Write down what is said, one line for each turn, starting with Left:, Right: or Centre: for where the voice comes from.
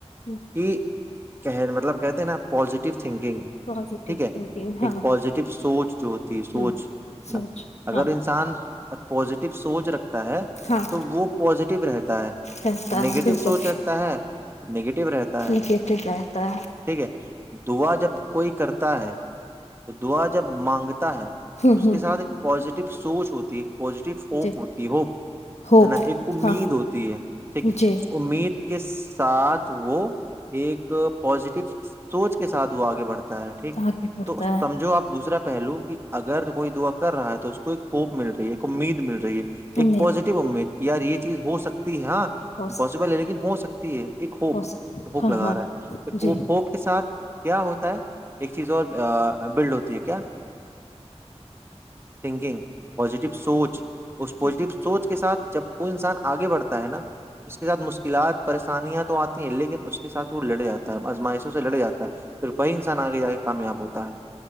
Left: ہوں
Right: کہ مطلب کہتے ہیں نا پوزیٹیو تھنکنگ
Left: پازیٹیو
Right: ٹھیک ہے
Left: تھنکنگ ہاں
Right: ایک پزیٹیو سوچ جو ہوتی ہے سوچ
Left: ہ سوچ
Right: اگر
Left: ہاں
Right: انسان پازیٹو سوچ رکھتا ہے
Left: ہاں
Right: تو وہ پازیٹو رہتا ہے
Left: رہتا
Right: نگیٹو
Left: ہے بالکل
Right: سوچ رکھتا ہے نگیٹو رہتا ہے
Left: نگیٹو رہتا
Right: ٹھیک ہے دعا جب کوئی کرتا ہے تو د آ جب مانگتا ہے
Left: ہ
Right: اس
Left: ہ
Right: کے ساتھ پزیٹی سوچ ہوتی ہے پزیٹو ہوپ
Left: جی
Right: ہوتی ہو
Left: ہوپ
Right: ہے نا ایک امید
Left: ہاں
Right: ہوتی ہے ٹھیک
Left: جی
Right: اس امید کے ساتھ وہ ایک پازیٹیو سوچ کے ساتھ وہ آگے بڑھتا ہے ٹھیک
Left: آگے بڑھتا
Right: تو
Left: ہے
Right: سمجھو آپ دوسرا پہلو کہ اگر کو دعا کر رہا ہے تو اس کو ایک ہوپ مل رہی ہے ایک امید مل رہی ہے ایک
Left: امید
Right: پزیٹیو امید یار یہ چیز ہو سکتی ہاںمپاسبل
Left: حوصلہ
Right: ہے لیکن ہو سکتا تے ایک ہوپ
Left: حوصلہ
Right: ہوپ
Left: ہاں
Right: لگا
Left: ہاں
Right: رہا ہے پ
Left: جی
Right: ا ہوپ کے ساتھ کیا ہوتا ہے ایک چیز اور ا بلڈ ہوتی ہے کیا تھنکگ پزٹیو سوچ اس پازیٹیو
Left: جی
Right: سوچ کے ساتھ وہ انسان آگے بڑھتا ہے نا اس کے ساتھ مشکلات پریشانیاں تو آتی ہیں لیکن اس کے ساتھ وہ لڑ جاتا ہے آزمائش لڑا جاتا ہے پھر وہی انسان آگے جا کے کامیاب ہوتا ہے